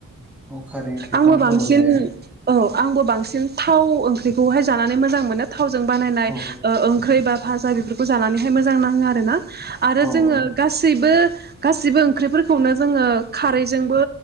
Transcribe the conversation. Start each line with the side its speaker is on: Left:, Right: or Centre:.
Centre: औ खारै ओंख्रिखौ
Right: आंबो
Centre: आं
Right: बांसिन
Centre: हराव जाया
Right: औ आंबो बांसिन थाव ओंख्रिखौहाय जानानै मोजां मोनो थावजों बानायनाय
Centre: औ
Right: ओंख्रै बा फाजा बेफोरखौ जानानैहाय मोजां नाङो आरोना आरो
Centre: औ
Right: जोङो
Centre: औ
Right: गासिबो गासिबो ओंख्रिफोरखौनो जोङो खारै जोंबो